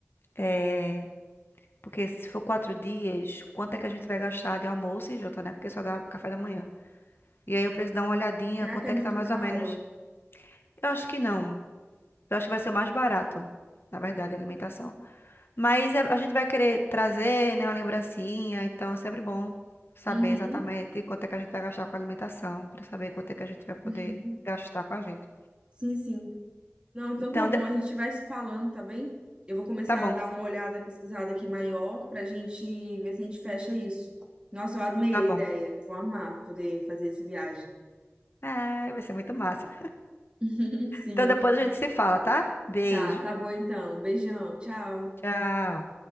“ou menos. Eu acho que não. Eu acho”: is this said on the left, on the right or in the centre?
Left